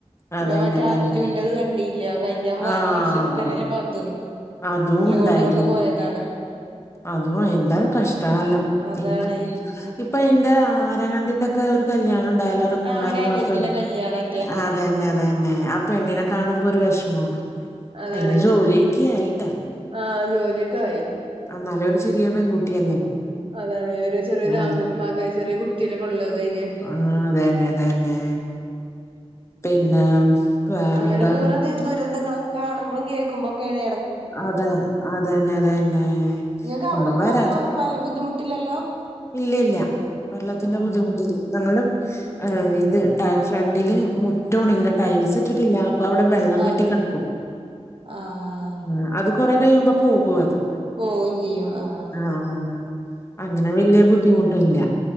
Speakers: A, on the left; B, on the right.
A: അതന്നെ
B: ഇപ്പൊ മറ്റേ
A: അതന്നെ
B: അർജുന്റെത് കണ്ടില്ലോ കഴിഞ്ഞ
A: ആഹ്
B: വർഷ തന്നല്ലെ
A: ഓഹ്
B: പതും
A: അതും
B: ലോഡ്
A: ഉണ്ടായിരുന്നു
B: കൊണ്ട് പോയതാണ്
A: അതും അയിന്റൊ കഷ്ടകാലം
B: അതാണ്
A: ഉം ഇപ്പൊ അതിന്റെ ആരാങ്ങണ്ടിന്റൊക്കെ ഒരു കല്യാണം ഉണ്ടായല്ലൊ ഒരു മൂന്നാല്
B: ആഹ് ഓന്റെ അനിയത്തിന്റെ
A: മാസം
B: കല്യാണറ്റെ
A: ആഹ് തന്നെ തന്നെ ആഹ് പെണ്ണിനെ കാണുമ്പോ ഒരു വിഷമാണ്
B: അതാണ്
A: അതിന് ജോലിയൊക്കെ ആയിട്ടാ
B: ആഹ് ജോലിയൊക്കെ ആയി
A: ആഹ് എന്നാലും ഒരു ചെറിയ പെൺകുട്ടിയല്ലേ
B: അതാണ് ഒരു ചെറിയൊരു
A: ഉം
B: ആൺ മക ചെറിയ കുട്ടിയല്ലെ ഇപ്പൊ ഉള്ളത് അതിന്
A: ആഹ് അതന്നെ അതന്നെ പിന്നെ വേറെന്താ
B: അങ്ങനെ കൊറെ ദുരന്തങ്ങളും കാണുമ്പോഴും കേൾക്കുമ്പൊക്കേണ്
A: അതെ അതന്നെ അതന്നെ
B: നിങ്ങൾക്ക് അവിടൊന്നും
A: ഒന്നും വരാത്ത
B: വെള്ള വല്ല ബുദ്ധിമുട്ടില്ലല്ലോ
A: ഇല്ല ഇല്ല വെള്ളത്തിന്റെ
B: ആഹ്
A: ബുദ്ധിമുട്ടില്ല ഞങടെ ഇത് ഫ്രണ്ടില് മുറ്റാണ് ഇങ്ങനെ ടയിൽസ് ഇട്ടിട്ടില്ല അപ്പൊ അവിടെ വെള്ളം
B: ആഹ്
A: കെട്ടി കെടക്കും
B: ആഹ്
A: ആഹ് അത് കൊറേ കയ്യുമ്പോ പോകും അത്
B: പോവും ചെയ്യും ആഹ്
A: ആഹ് അങ്ങനെ വലിയ ബുദ്ധിമുട്ടില്ല